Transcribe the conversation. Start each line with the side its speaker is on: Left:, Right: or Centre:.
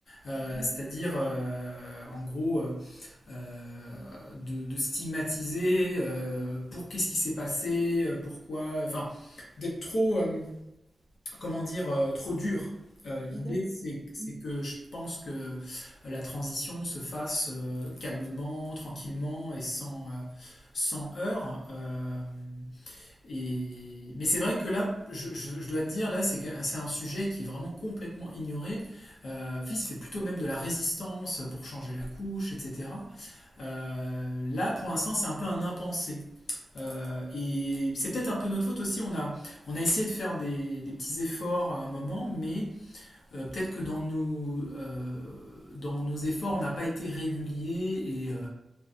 Left: Euh,
Right: Mhm.
Left: c'est-à-dire, euh, en gros, euh, euh, de, de stigmatiser euh, pour qu'est-ce qui s'est passé, euh, pourquoi, enfin, d'être trop, euh, comment dire, euh, trop dur. Euh, l'idée,
Right: D'accord.
Left: c'est,
Right: Mhm.
Left: c'est que je pense que euh, la transition se fasse euh, calmement, tranquillement et sans, euh, sans heurts. euh, et... Mais c'est vrai que là, je, je- je dois te dire, là, c'est qu'un- c'est un sujet qui est vraiment complètement ignoré. Euh, il se fait plutôt même de la résistance pour changer la couche, etc. Euh, là, pour l'instant, c'est un peu un impensé. Euh, et c'est peut-être un peu notre faute aussi. On a, on a essayé de faire des, des petits efforts à un moment, mais euh, peut-être que dans nos, euh, dans nos efforts, on n'a pas été régulier et euh,